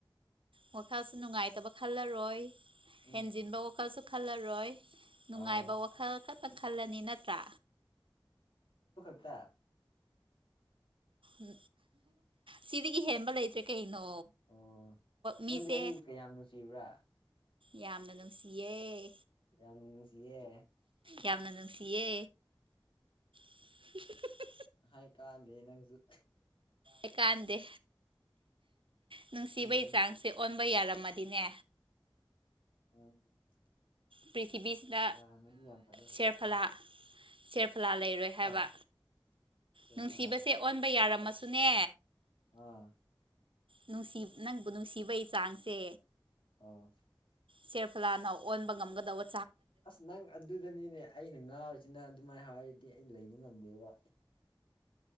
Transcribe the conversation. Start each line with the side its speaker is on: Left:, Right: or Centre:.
Right: ꯃꯈꯈꯜꯁꯨ ꯅꯨꯡꯉꯥꯏꯇꯕ ꯈꯜꯂꯔꯣꯏ
Left: ꯎꯝ
Right: ꯍꯦꯟꯖꯤꯤꯟꯕ ꯀꯀꯜ ꯆꯣ ꯈꯜꯥ ꯔꯣꯏ ꯅꯨꯡꯉꯥꯏꯕ
Left: ꯑꯧ
Right: ꯋꯥꯈꯜ ꯈꯛꯇꯪ ꯈꯜꯂꯅꯤ ꯅꯠꯇ꯭ꯔꯥ
Left: ꯠꯇ
Right: ꯎ ꯁꯤꯗꯒꯤ ꯍꯦꯟꯕ ꯂꯩꯇ꯭ꯔꯦ ꯀꯩꯅꯣ
Left: ꯑꯣ
Right: ꯃꯤꯁꯦ
Left: ꯅꯪꯗꯤ ꯑꯩ ꯀꯌꯥꯝ ꯅꯨꯡꯁꯤꯕ꯭ꯔꯥ
Right: ꯌꯥꯝꯅ ꯅꯨꯡꯁꯤꯌꯦꯦ
Left: ꯌꯥꯝꯅꯁꯤꯦ
Right: ꯌꯥꯝꯅ ꯅꯨꯡꯁꯤꯌꯦ <inaudible>
Left: ꯍꯥꯏꯥꯏ ꯀꯥꯗꯦ ꯅꯪꯁꯨ
Right: ꯑꯩꯀꯥꯟꯗꯦ ꯅꯨꯡꯁꯤꯕꯩ
Left: ꯎꯝ
Right: ꯆꯥꯡꯁꯦ ꯑꯣꯟ ꯝꯕ ꯌꯥꯔꯝꯃꯗꯤꯅꯦ
Left: ꯎꯝ
Right: ꯄ꯭ꯔꯤꯊꯤꯕꯤꯁꯤꯗ
Left: ꯌꯥꯔꯝꯃꯗꯤ ꯌꯥꯝ ꯐꯗꯕ
Right: ꯁꯦꯔꯐꯂꯥ
Left: ꯎꯝ
Right: ꯁꯦ ꯁꯂꯥ ꯂꯩꯔꯣꯏ ꯍꯥꯏꯕ
Left: ꯍꯥ ꯁꯦꯔꯐꯂꯥ
Right: ꯅꯨꯡꯁꯤꯕꯁꯦ ꯑꯣꯟꯕ ꯌꯥꯔꯝꯃꯁꯨꯅꯦ
Left: ꯑꯥ
Right: ꯅꯨꯡꯁꯤ ꯅꯪꯕꯨ ꯅꯨꯡꯁꯤꯕꯒꯤ ꯆꯥꯡꯁꯦ
Left: ꯑ
Right: ꯁꯦꯔꯐꯂꯥꯅ ꯑꯣꯟꯕ ꯉꯝꯒꯗꯕ
Left: ꯑꯁ ꯅꯪ ꯑꯗꯨꯗꯅꯤꯅꯦ ꯑꯩꯅ ꯉꯥ ꯁꯤꯅ ꯑꯗꯨꯃꯥꯏꯅ ꯍꯥꯏꯔꯗꯤ ꯑꯩ ꯂꯩꯕ ꯉꯝꯗꯦꯕ